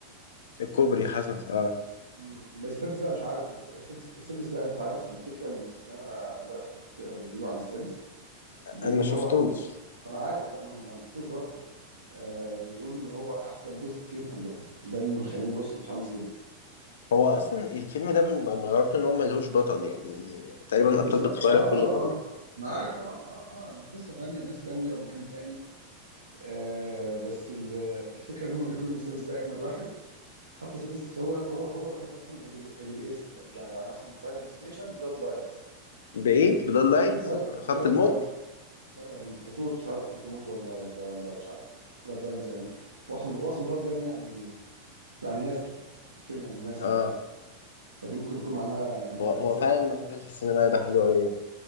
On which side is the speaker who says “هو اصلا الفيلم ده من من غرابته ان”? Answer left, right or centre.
Left